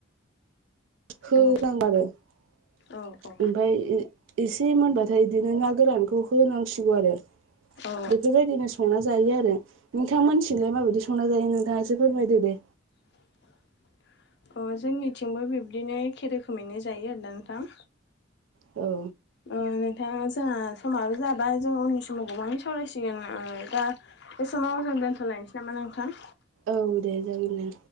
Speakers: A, on the right (about 75°); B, on the left (about 60°).
A: <unintelligible> ओमफाय
B: औ औ औ
A: एसे मोनबाथाय बिदिनो ना गोरानखौ होनांसिगौ आरो
B: औ
A: बेफोरबायदिनो सं संना जायो आरो नोंथां मोनथिंलायलाय माबायदि संना जायो नोंथाङासो फोरमायदो दे?
B: <inaudible> अ जोंनिथिंबो बिबदानो एखे रोखोमैनो जायो आरोना नोंथां
A: औ
B: ओ नोंथाङा जोंहा समाबो जाबाय जों उननि समाव गोबाङै सावरायसिगोन आ दा बे समाव जों दोनथ'लायनोसै नामा नोंथां?
A: औ दे जागोन दे